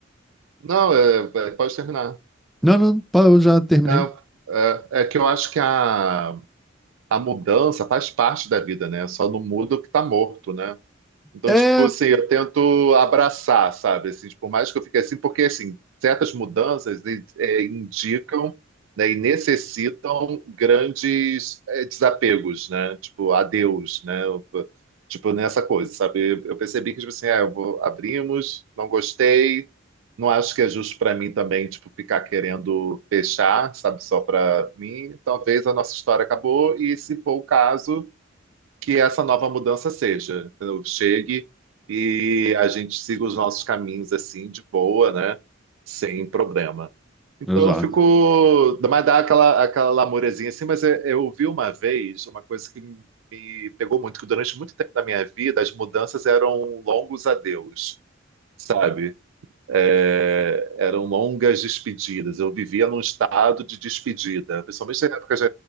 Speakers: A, on the right; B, in the centre.
A: Não, é, é, pode terminar.
B: Não, não, pá, eu já terminei.
A: É, é, é que eu acho que a, a mudança faz parte da vida, né? Só não muda o que tá morto, né? Então,
B: É,
A: tipo assim, eu tento abraçar, sabe? Assim, tipo, por mais que eu fique assim, porque assim, certas mudanças e- é, indicam, né, e necessitam grandes é, desapegos, né? Tipo, adeus, né? Eu- Tipo, nessa coisa, sabe? Eu percebi que, tipo assim, ah, eu vou- abrimos, não gostei, não acho que é justo para mim também, tipo, ficar querendo fechar, sabe? Só para mim. Talvez a nossa história acabou e, se for o caso que essa nova mudança seja, entendeu? Chegue e a gente siga os nossos caminhos assim, de boa, né? Sem problema. Então
B: exato.
A: eu fico. Mas dá aquela, aquela lamurezinha assim, mas eu, eu vi uma vez uma coisa que me pegou muito, que durante muito tempo da minha vida as mudanças eram longos adeus, sabe? é, eram longas despedidas. Eu vivia num estado de despedida, principalmente na época de